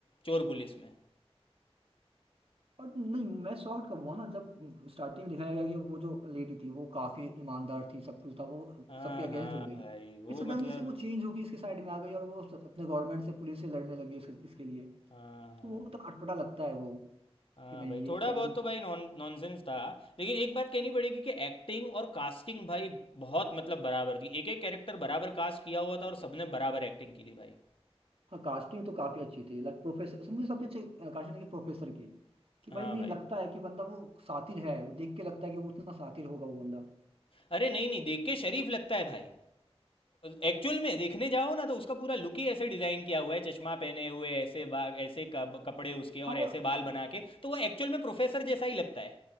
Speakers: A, on the left (about 60°); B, on the right (about 65°).
A: चोर पुलिस में
B: और नहीं मैं शॉर्ट कब हुआ ना जब स्टार्टिंग में दिखाया गया कि वो जो लेडी थी वो काफी ईमानदार थी सब कुछ था वो
A: हाँ,
B: सबके अगेंस्ट
A: हाँ
B: हो गई
A: भाई वो
B: सडनली
A: मतलब
B: से वो चेंज होगी इसके साइड में आ गई और वो अपने गवर्नमेंट से पुलिस से लड़ने लगी इसके, इसके लिए
A: हाँ हाँ
B: तो वो तो अटपटा लगता है वो
A: हाँ
B: कि नहीं
A: भाई
B: ये
A: थोड़ा
B: सही
A: बहुत
B: नहीं
A: तो
B: था
A: भाई नॉन नॉनसेंस था लेकिन एक बात कहनी पड़ेगी कि एक्टिंग और कास्टिंग भाई बहुत मतलब बराबर थी एक एक कैरेक्टर बराबर कास्ट किया हुआ था और सबने बराबर एक्टिंग की थी भाई
B: हाँ कास्टिंग तो काफी अच्छी थी लाइक प्रोफेसर मुझे सबसे अच्छी कास्टिंग लगी प्रोफेसर की कि
A: हाँ
B: भाई नहीं
A: भाई
B: लगता है कि बंदा वो सातिर है वो देख के लगता है कि वो उतना सातिर होगा वो बंदा
A: अरे नहीं नहीं देख के शरीफ लगता है भाई एक्चुअल में देखने जाओ ना तो उसका पूरा लुक ही ऐसे डिजाइन किया हुआ है चश्मा पहने हुए ऐसे बा- ऐसे कप- कपड़े उसके
B: हाँ
A: और
B: वो
A: ऐसे बाल
B: हाँ
A: बना के तो वो एक्चुअल में प्रोफेसर जैसा ही लगता है